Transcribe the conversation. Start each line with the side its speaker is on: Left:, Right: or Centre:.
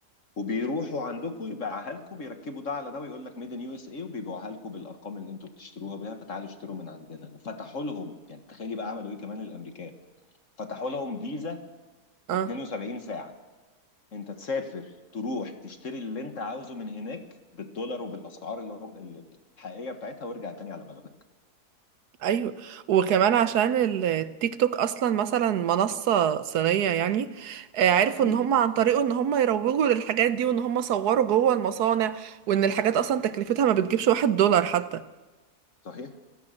Left: وبيروحوا عندكم يبيعها لكم بيركبوا ده على ده ويقول لك ميد ان يو اس اي وبيبيعوها لكم بالارقام اللي انتوا بتشتروها بيها فتعالوا اشتروا من عندنا وفتحوا لهم يعني تخيلي بقى عملوا ايه كمان الامريكان فتحوا لهم فيزا
Right: اه
Left: 72 ساعه انت تسافر تروح تشتري اللي انت عاوزه من هناك بالدولار وبالاسعار اللي هم ال- الحقيقيه بتاعتها وارجع تاني على بلدك
Right: ايوه وكمان عشان التيك توك اصلا مثلا منصة صينية يعني آه، عرفوا
Left: امم
Right: ان هم عن طريقه ان هم يروجوا للحاجات دي وان هم صوروا جوه المصانع وان الحاجات اصلا تكلفتها ما بتجيبش واحد دولار حتى
Left: صحيح